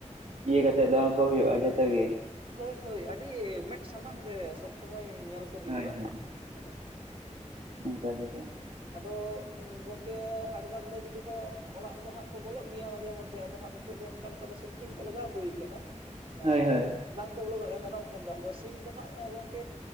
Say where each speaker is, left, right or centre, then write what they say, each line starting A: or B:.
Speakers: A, on the right (about 60°); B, on the right (about 45°).
A: ᱤᱭᱟᱹ ᱠᱟᱛᱮᱜ ᱫᱚᱦᱚ ᱠᱚ ᱦᱩᱭᱩᱜᱼᱟ ᱡᱷᱚᱛᱚ ᱜᱮ
B: ᱦᱳᱭ ᱦᱳᱭ ᱟᱹᱰᱤ ᱢᱮᱫ ᱥᱟᱢᱟᱝ ᱨᱮ ᱥᱚᱵᱽ ᱥᱚᱢᱚᱭ ᱧᱮᱞ ᱠᱚ ᱦᱩᱭᱩᱜᱼᱟ
A: ᱦᱳᱭ ᱦᱳᱭ
B: ᱦᱮᱸ
A: <inaudible>
B: ᱟᱫᱚ ᱜᱚᱢᱠᱮ ᱦᱟᱰᱜᱟᱨ ᱫᱚ ᱡᱩᱫᱤ ᱦᱚ ᱚᱲᱟᱜ ᱫᱚ ᱦᱟᱸᱜ ᱵᱚᱞᱚᱜ ᱜᱮᱭᱟ ᱢᱟᱡᱷᱮ ᱢᱚᱫᱽᱫᱷᱮ ᱟᱫᱚ ᱦᱟᱸᱜ ᱱᱤᱛᱚᱜ ᱫᱚ ᱚᱱᱠᱟ ᱞᱮᱠᱟ ᱫᱚ ᱥᱤᱞᱯᱤᱧ ᱠᱚ ᱞᱟᱜᱟᱣ ᱦᱩᱭ ᱠᱟᱱᱟ ᱦᱮᱸ
A: ᱦᱳᱭ ᱦᱳᱭ
B: ᱵᱟᱝ ᱵᱚᱞᱚ ᱫᱟᱲᱮᱭᱟᱜᱼᱟ ᱢᱮᱨᱚᱢ ᱴᱷᱮᱱ ᱫᱚ᱾ ᱟᱫᱚ ᱥᱤᱢ ᱫᱚ ᱦᱟᱸᱜ ᱜᱚᱝᱠᱮ?